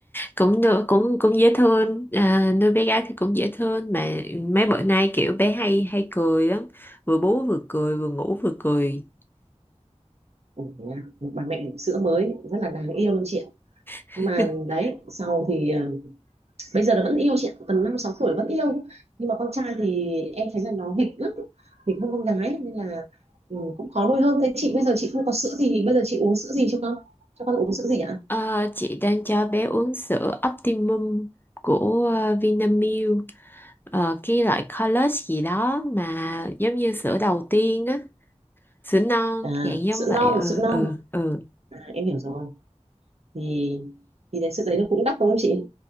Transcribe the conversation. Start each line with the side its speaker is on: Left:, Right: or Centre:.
Left: cũng được cũng cũng dễ thương à, nuôi bé gái thì cũng dễ thương mà mấy bữa nay kiểu bé hay hay cười lắm vừa bú vừa cười vừa ngủ vừa cười
Right: Ủa, à, một bà mẹ bỉm sữa mới rất là đáng yêu luôn chị ạ.
Left: <laughs>
Right: Nhưng mà đấy, sau thì ờ, bây giờ nó vẫn yêu chị ạ tầm năm sáu tuổi vẫn yêu nhưng mà con trai thì em thấy là nó nghịch lắm nghịch hơn con gái nên là ừ, cũng khó nuôi hơn thế chị bây giờ chị không có sữa thì bây giờ chị uống sữa gì cho con cho con uống sữa gì ạ
Left: Ờ, chị đang cho bé uống sữa Optimum của ờ, Vinamilk Ờ, cái loại college gì đó mà giống như sữa đầu tiên á sữa non
Right: à
Left: dạng giống
Right: sữa
Left: vậy
Right: non
Left: ừ
Right: sữa non
Left: ừ ừ
Right: à, em hiểu rồi thì thì đấy sữa đấy nó cũng đắt đúng không chị